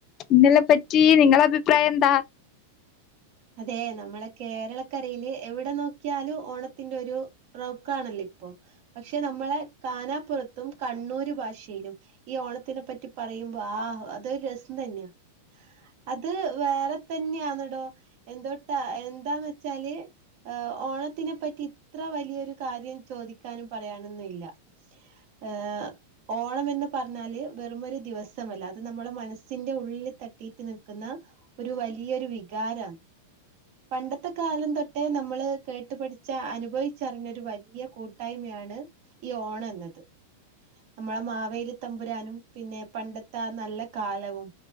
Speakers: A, on the left; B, on the right.
A: ഇന്നലെ പറ്റി നിങ്ങളെ അഭിപ്രായം എന്താ
B: അതെ നമ്മളെ കേരളക്കരയിലെഎവിടെ നോക്കിയാലും ഓണത്തിന്റെ ഒരു ണല്ലോ ഇപ്പോ പക്ഷെ നമ്മളെ കാനാപ്പുറത്തും കണ്ണൂർ ഭാഷയിലും ഈ ഓണത്തി ഇതിനെ പറ്റി പറയുമ്പോ ആഹ് അതൊരു രസം തന്നെയാ അത് വേറെ തന്നെയാന്നടോ എന്തോട്ടാ എന്താന്ന് വെച്ചാല് ഓണത്തിനെ പറ്റി ഇത്ര വലിയൊരു കാര്യം ചോദിക്കാനും പറയാനൊന്നുംല്ല ഏഹ് ഓണംമന്ന് പറഞ്ഞാല് വെറുമൊരു ദിവസമല്ല അത് നമ്മളുടെ മനസ്സിന്റെ ഉള്ളില് തട്ടിയിട്ട് നിൽക്കുന്ന ഒരു വലിയൊരു വികാര പണ്ടത്തെ കാലം തൊട്ടേ നമ്മള് കേട്ടുപഠിച്ച അനുഭവിച്ചറിഞ്ഞൊരു വലിയ കൂട്ടായ്മയാ ണ് ഈ ഓണന്നത് നമ്മളെ മാവേലി തമ്പുരാനും പിന്നെ പണ്ടത്തെ ആ നല്ല കാലവും